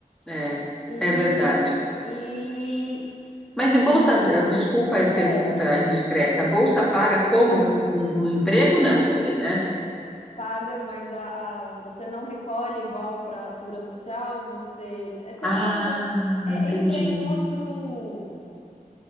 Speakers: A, in the centre; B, on the left.
A: é,
B: E,
A: é verdade.
B: e
A: Mas e bolsa, eh, desculpa a pergunta
B: é,
A: indiscreta, bolsa paga como um, um- um emprego? Não, também, né?
B: paga, mas a, a- você não recolhe igual para segurança social, você é, tem
A: Ah,
B: outros, é,
A: entendi.
B: entra em outro.